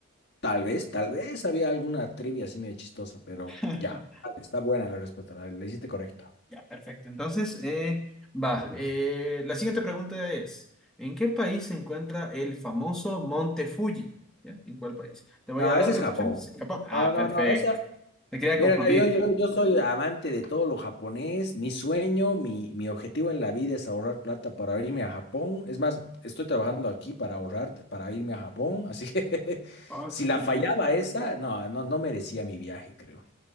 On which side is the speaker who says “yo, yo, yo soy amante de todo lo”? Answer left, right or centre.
Left